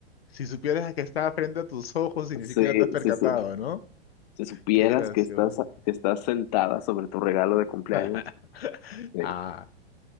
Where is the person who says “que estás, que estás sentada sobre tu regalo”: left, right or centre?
Left